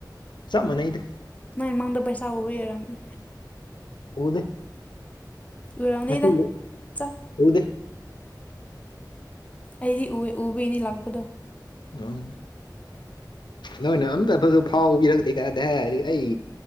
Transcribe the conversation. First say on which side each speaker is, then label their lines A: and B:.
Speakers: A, on the left (about 85°); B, on the left (about 20°).
A: ꯆꯞ ꯃꯥꯟꯅꯩꯗ
B: ꯅꯪ ꯃꯪꯗ ꯄꯩꯁꯥ ꯎꯕꯥ ꯑꯣꯏꯔꯝꯅꯤ
A: ꯎꯗꯦ
B: ꯎꯔꯝꯅꯤꯗ
A: ꯉꯁꯤꯗꯤ
B: ꯆꯥ
A: ꯎꯗꯦ
B: ꯑꯩꯗꯤ ꯎ ꯎꯕꯩꯅꯤ ꯂꯥꯛꯄꯗꯣ
A: ꯎꯝ ꯅꯣꯏꯅ ꯑꯝꯇ ꯐꯖ ꯐꯥꯎꯕꯤꯔꯛꯇꯦ ꯀꯥꯏꯗꯥꯒꯤ ꯑꯩ